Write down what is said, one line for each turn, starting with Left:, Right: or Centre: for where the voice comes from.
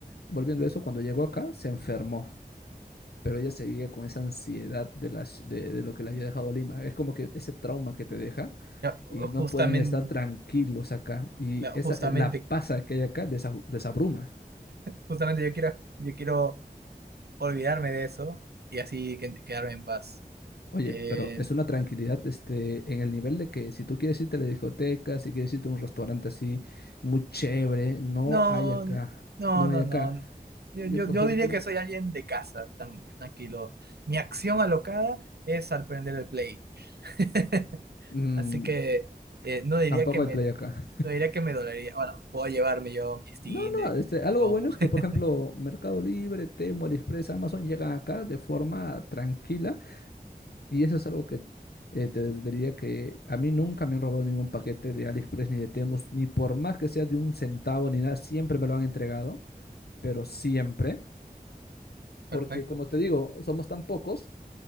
Left: volviendo a eso, cuando llegó acá se enfermó, pero ella seguía con esa ansiedad de, la ci- de de lo que le había dejado Lima. Es como que ese trauma que te deja
Right: No,
Left: y no
Right: justamente,
Left: pueden estar tranquilos acá. Y esa,
Right: justamente,
Left: eh, la pasa que hay acá les, abru- les abruma.
Right: justamente yo quiero, yo quiero olvidarme de eso y así que- quedarme en paz.
Left: Oye,
Right: Eh,
Left: pero es una tranquilidad este, en el nivel de que si tú quieres irte a la discoteca, si quieres irte a un restaurante así muy chévere, no
Right: no,
Left: hay acá.
Right: no,
Left: No
Right: no,
Left: hay acá.
Right: no. Yo,
Left: Yo,
Right: yo,
Left: por
Right: yo
Left: ejemplo,
Right: diría que soy alguien de casa, tan, tranquilo. Mi acción alocada es al prender el play. <laughs>
Left: mm,
Right: Así que eh, no diría
Left: tampoco
Right: que me,
Left: hay play acá.
Right: no diría que me dolería. Bueno, puedo llevarme yo mi Steam
Left: No, no,
Right: de
Left: este, algo
Right: mi compu.
Left: bueno es que,
Right: <laughs>
Left: por ejemplo, Mercado Libre, Temo, AliExpress, Amazon llegan acá de forma tranquila Y eso es algo que eh, te diría que a mí nunca me han robado ningún paquete de AliExpress ni de Temu, ni por más que sea de un centavo ni nada, siempre me lo han entregado, pero siempre,
Right: Perfecto.
Left: porque como te digo, somos tan pocos